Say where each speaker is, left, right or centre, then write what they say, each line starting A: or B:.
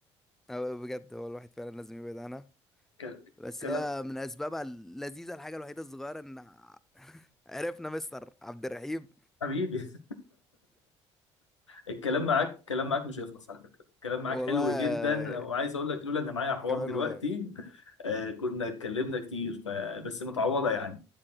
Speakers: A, in the centre; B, on the left.
A: هو بجد هو الواحد فعلا لازم يبعد عنها
B: ك...
A: بس
B: كلا-
A: هي من اسبابها اللذيذة الحاجة الوحيدة الصغيرة ان <laughs> عرفنا مستر عبد الرحيم
B: حبيبي <laughs> الكلام معاك الكلام معاك مش هيخلص على فكرة الكلام معاك
A: والله
B: حلو
A: يا-
B: جدا وعايز اقول لك لولا ان معايا
A: انت
B: حوار
A: كمان
B: دلوقتي
A: والله
B: آه، كنا اتكلمنا كتير ف... بس متعوضة يعني